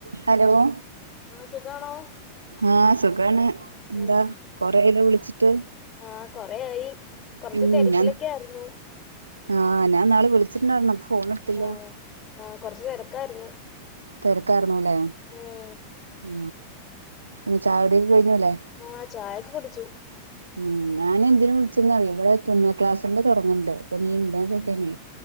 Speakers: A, on the right (about 80°); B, on the left (about 30°).
A: Hello.
B: ആഹ് സുഖാണോ
A: ആഹ് സുഖാണ് എന്താ
B: ഉം
A: കൊറെയല്ലോ വിളിച്ചിട്ട്.
B: ആ കൊറെയായി കൊറച്ച്
A: ഉം
B: തെരക്കിലൊക്കെ
A: ഞാൻ
B: ആയിരുന്നു
A: ആഹ് ഞാൻ ന്നാള് വിളിണ്ടാര്ന്നു അപ്പൊ ഫോൺ എടുത്തില്ല
B: ആഹ് ആ കൊറച്ച് തെരക്കായിരുന്നു.
A: തിരകർന്നുല്ലേ?
B: ഉം
A: ഉ പിന്നെ ചായടിക്കെ കഴിഞ്ഞുല്ലേ.
B: ആഹചായക്കെ കുടിച്ചു.
A: മം ഞാനന്തിന വിളിച്ചന്നറിയോ? ഇവിടെ തുന്നൽ ക്ലാസ്സിന്റെ തുടങ്ങണ്ട് അപ്പൊ നീ ഇണ്ടോന്ന് ചോയ്കാനെ.